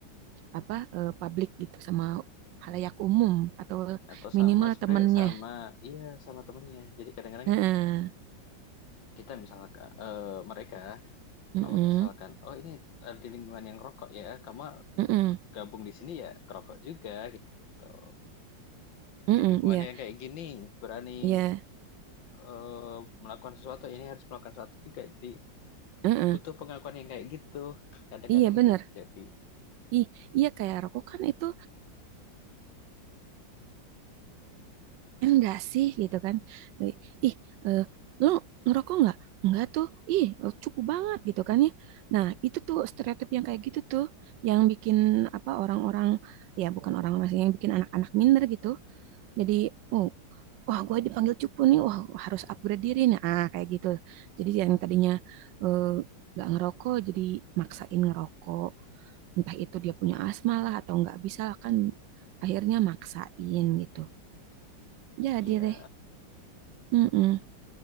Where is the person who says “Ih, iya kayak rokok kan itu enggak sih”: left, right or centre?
Right